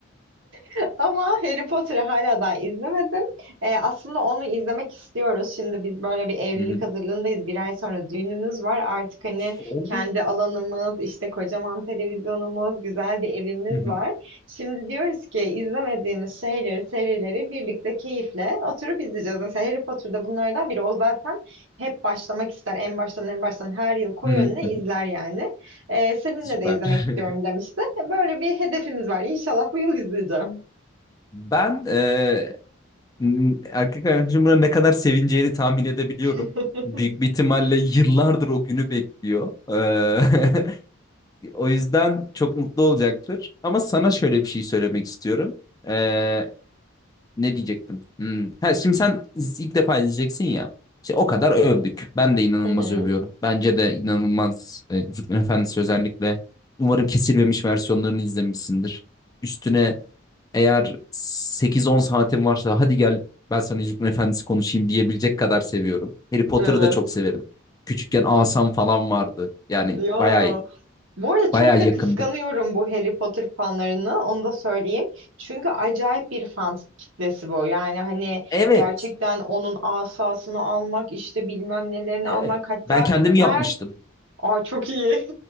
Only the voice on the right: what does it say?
<laughs> Ama Harry Potter'ı hala daha izlemedim. Ee, aslında onu izlemek istiyoruz. Şimdi biz böyle bir evlilik
hazırlığındayız. Bir ay sonra düğünümüz var. Artık hani
kendi alanımız, işte kocaman televizyonumuz, güzel bir evimiz
var. Şimdi diyoruz ki izlemediğimiz şeyleri, serileri birlikte keyifle oturup izleyeceğiz. Mesela Harry Potter'da bunlardan biri. O zaten hep başlamak ister. En baştan en baştan her yıl koyu
önüne
izler
yani. Ee, seninle
de izlemek
istiyorum demişti. Böyle bir hedefimiz var. İnşallah bu yıl izleyeceğim.
Hı
hı.
Evet.
Ya.
Bu arada çok
da
kıskanıyorum bu Harry Potter fanlarını. Onu da söyleyeyim. Çünkü acayip bir fan kitlesi bu. Yani hani
gerçekten onun asasını almak, işte bilmem nelerini
almak. Hatta
nerede?
Aa çok iyi.